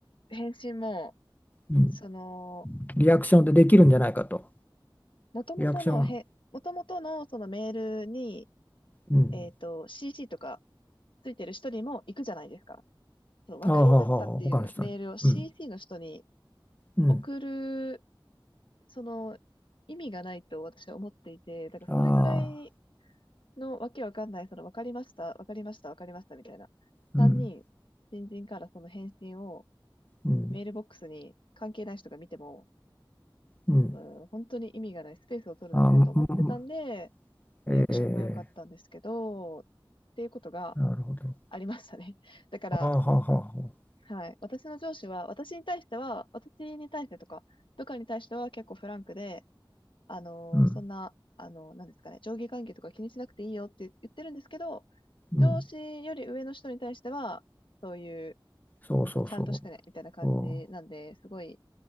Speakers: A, on the left; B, on the left.
A: 返信も、
B: うん。
A: その、
B: リアクションでできるんじゃないかと。
A: 元々のへ、
B: リアクション。
A: 元々のそのメールに、
B: うん。
A: えっと、CC とかついてる人にも行くじゃないですか。その、わかりましたっていうメールを
B: ああ、はあ、はあ、はあ他の人に。
A: CC
B: うん、
A: の人に
B: うん。
A: 送る、その、意味がないと私は思っていて、だからそれぐらい
B: ああ、
A: のわけわかんない、その、わかりました、わかりました、わかりましたみたいな。3人、
B: うん、
A: 新人からその返信を
B: うん、
A: メールボックスに関係ない人が見ても、
B: うん。
A: うん、本当に意味がないスペースを取るだけだと思ってたんで、
B: ああ、うんうんええ
A: リアクションが良かったんですけど、っていうことが
B: なるほど。
A: ありましたね。だから、
B: ああ、はあ、はあ、はあ
A: はい。私の上司は、私に対しては、私に対してとか、部下に対しては結構フランクで、あのーそんな、
B: うん、
A: あのーなんですかね、上下関係とか気にしなくていいよって言ってるんですけど、上司より上の人に対しては、
B: うん。
A: そういう、
B: そうそうそう。
A: ちゃんとしてね、みたいな感じなんで、
B: そ
A: すごい、